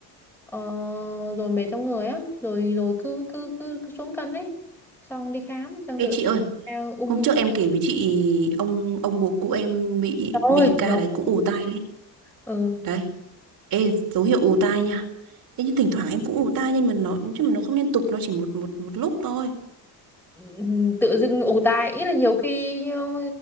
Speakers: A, in the centre; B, on the right (about 60°).
A: ờ, rồi mệt trong người á rồi rồi cứ cứ cứ, cứ xuống cân ấy xong đi khám xong
B: Ê
A: tự
B: chị ơi,
A: uh, ung
B: hôm trước em kể với chị ông ông bố cũ em bị
A: Rồi,
B: bị ca
A: rồi.
B: đấy cũng ù tai đấy.
A: ừ,
B: Đấy, Ê, dấu hiệu ù tai nha. Ê, nhưng thỉnh thoảng em cũng ù tai nhưng mà nó nhưng mà nó không liên tục, nó chỉ một một một lúc thôi.
A: ừm, tự dưng ù tai ý là nhiều khi ừ,